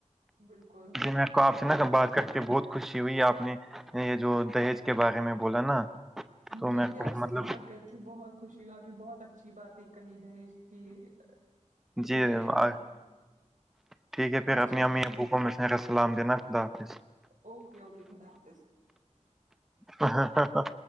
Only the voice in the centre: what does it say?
میں کو آپ سے نا بات کر کے بہت خوشی ہوئی آپ نے یہ جو دہیج کے بارے میں بولا نا
تو میں
کو
مطلب
جی آ- ٹھیک ہے
پھر اپنی
امی ابو کو میرا السلام دینا خدا حافظ
ہاں ہاں ہاں ہاں